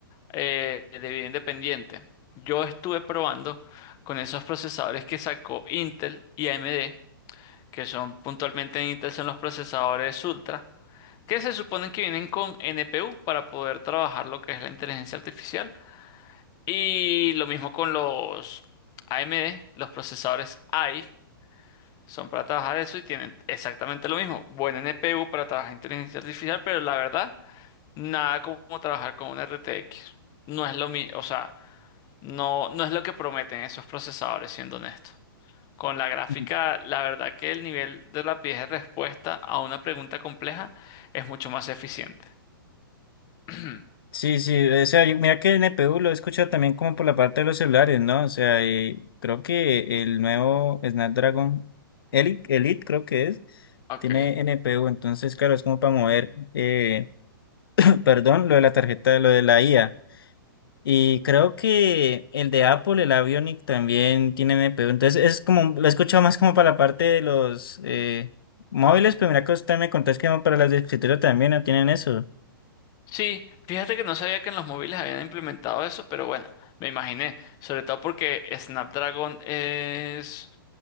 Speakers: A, on the left; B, on the left.
A: eh, de video independiente. Yo estuve probando con esos procesadores que sacó Intel y AMD, que son puntualmente en Intel son los procesadores Ultra, que se suponen que vienen con NPU para poder trabajar lo que es la inteligencia artificial. Y lo mismo con los AMD, los procesadores AI. Son para trabajar eso y tienen exactamente lo mismo. Buen NPU para trabajar inteligencia artificial, pero la verdad, nada como trabajar con un RTX. No es lo mismo, o sea, no, no es lo que prometen esos procesadores, siendo honesto. Con la gráfica,
B: Ujú.
A: la verdad que el nivel de rapidez de respuesta a una pregunta compleja es mucho más eficiente. <clears throat>
B: Sí, sí, o sea, yo- mira que el NPU lo he escuchado también como por la parte de los celulares, ¿no? O sea, eh, creo que el nuevo Snapdragon Elite, Elite creo que es,
A: Ok.
B: tiene NPU, entonces, claro, es como para mover, eh, <clears throat> perdón, lo de la tarjeta, lo de la IA. Y creo que el de Apple, el Avionic, también tiene NPU. Entonces es como, lo he escuchado más como para la parte de los eh, móviles, pero mira que usted me contó es que para las de escritorio también no tienen eso.
A: Sí, fíjate que no sabía que en los móviles habían implementado eso, pero bueno, me imaginé, sobre todo porque Snapdragon es